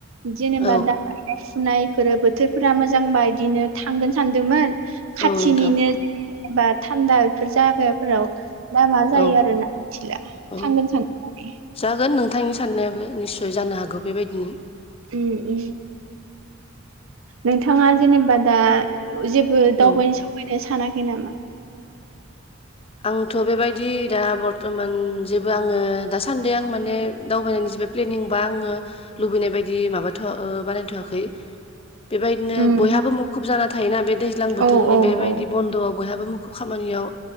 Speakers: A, on the right; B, on the left.
A: जेनेबा
B: औ
A: दा गायनाय फुनायफोर बोथोरफोरा मोजांबा इदिनो थांगोन सानदोंमोन खाथिनिनो
B: औ नोंथां
A: जेनेबा थान्दा बेफोर जागाफोराव दा मा
B: औ
A: जायो आरो ना मिथिला
B: औ
A: थांगोन सानसे
B: जागोन नोंथांनि साननायाबो निस्सय जानो हागौ बेबायदिनो।
A: उम उम नोंथाङा जेनेबा दा जे बो दावबायनो
B: औ
A: सावबायनो सानाखै नामा?
B: आंथ' बेबायदि दा बर्थमान जेबो आङो दासान्दि आं माने दावबायनायनि जेबो प्लेनिं बा आङो लुबैनाय बायदि माबाथ' ओ बानायथ'वाखै। बेबायदिनो
A: उम
B: बयहाबो मुखुब जाना थायोना बे दैज्लां बोथोरनि
A: औ
B: बेबायदि
A: औ
B: बन्द'आव बयहाबो मुखुब खामानियाव